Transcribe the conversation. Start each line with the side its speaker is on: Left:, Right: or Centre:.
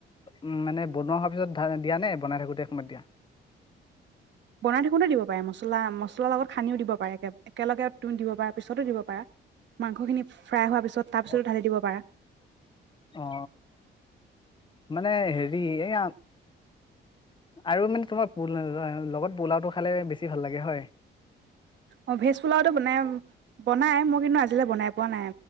Left: উম মানে বনোৱা হোৱাৰ পিছত দিয়া নে বনাই থাকোতে সময় দিয়া
Right: বনাই থাকোতে দিব পাৰে মছলা মছলাৰ লগত সানিও দিব পাৰে এক একেলগে তুমি দিব পাৰা পিছতো দিব পাৰা মাংস খিনি ফ্ৰাই হোৱাৰ পিছত ছ তাৰ পিছত
Left: অ
Right: ঢালি দিব পাৰা
Left: অ অ মানে হেৰি এইয়া আৰু মানে কিবা আ লগত পোলাওটো খালে বেছি ভাল লাগে হয়
Right: অ ভেজ পোলাওটো মানে বনাই মই কিন্তু আজিলৈকে বনাই পোৱা নাই